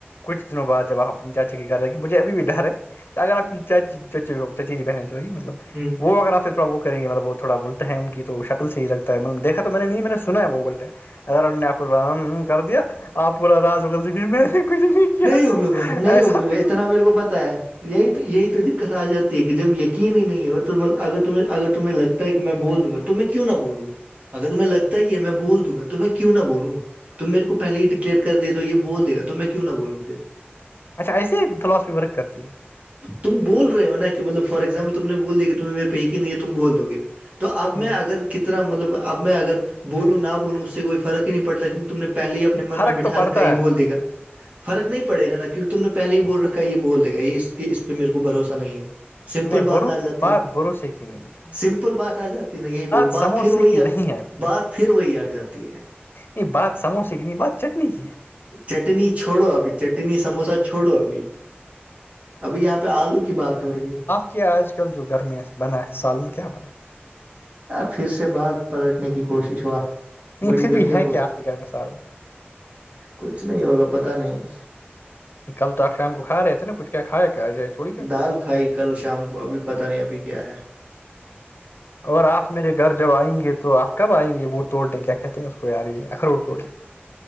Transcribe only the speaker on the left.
کچھ دنوں بع جب آپ اپنی چاچای کر رہے کہ مجھے ابھی بھی ڈر ہے اگر آپ کی چچیری بہنیں سوری مطلب
<inaudible> اار نے آپ رام کر دیا آپ پورا را گندگی میں کچھ نہیں کیا
تھا
ایسا
کچھ
اچھا ایسے ہی فلاسفی ورک کرتی ہے
ہ
فرق
تو پڑتا
ہے
نہیں
بروس
بات بھروسے کی نہیں ہے
سموسے
کی نہیں ہے
نہیں بات سموسے کی نہیں بات چٹنی کی ہے
کہ آج کل جو گرمیں بنا ہے سالن کی کیا بنا ہے
نہیں
پھر
بھی ہے
کہ آپ کے گھر میں سالن
کل تو آپ شام کو کھا رہے نا کچھ کیا کھایا کیا آ جائے تھوڑی کا
اور آپ میرے گھر جب آئیں گے تو آپ کب آئیں گے وہ توڑنے کیا کہتے ہیں اس کو یار یہ اخروٹ توڑنے